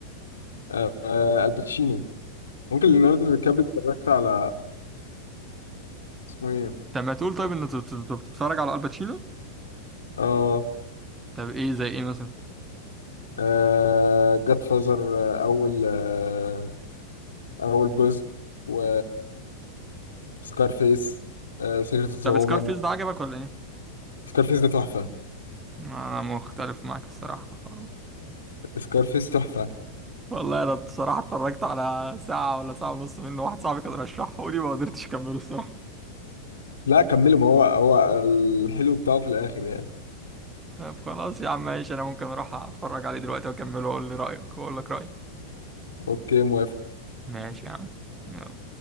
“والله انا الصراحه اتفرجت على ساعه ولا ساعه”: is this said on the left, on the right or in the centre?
Right